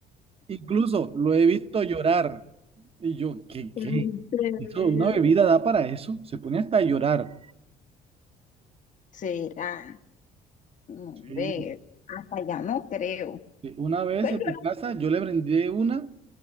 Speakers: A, on the right (about 35°); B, on the left (about 50°).
A: Incluso lo he visto llorar. Y yo, ¿qué,
B: Mm,
A: qué?
B: ¿en serio?
A: Eso, una bebida da para eso. Se pone hasta a llorar.
B: ¿Será? No,
A: Sí.
B: ve, hasta ya no creo.
A: Sí, Una vez
B: Señora.
A: en mi casa yo le brindé una,